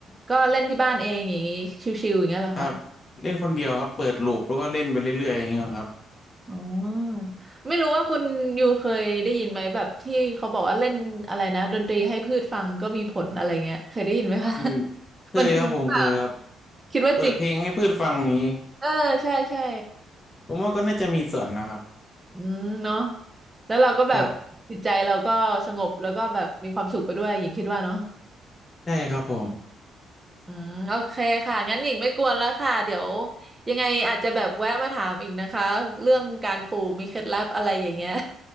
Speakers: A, on the right; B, on the left.
A: ก็เล่นที่บ้านเองอย่างนี้ชิวๆอย่างเงี้ยเหรอคะ
B: ครับเล่นคนเดียวครับเปิดลูปแล้วก็เล่นไปเรื่อยๆอย่างเงี้ยครับ
A: อ๋อไม่รู้ว่าคุณยูเคยได้ยินไหมแบบที่เขาบอกว่าเล่นอะไรนะดนตรีให้พืชฟังก็มีผลอะไรเงี้ยเคยได้ยินไหมคะ
B: อืม
A: <laughs>
B: เคยครับผมเคยครับ
A: มันจริงหรือเปล่าคิดว่าจริง
B: เปิดเพลงให้พืชฟังนี้
A: เออใช่ใช่
B: ผมว่าก็น่าจะมีส่วนนะครับ
A: อืมเนาะแล้วเราก็แบบจิตใจเราก็สงบแล้วก็แบบมีความสุขไปด้วยหญิงคิดว่าเนาะ
B: ครับได้ครับผม
A: อืมโอเคค่ะงั้นหญิงไม่กวนแล้วค่ะเดี๋ยวยังไงอาจจะแบบแวะมาถามอีกนะคะเรื่องการปลูกมีเคล็ดลับอะไรอย่างเงี้ย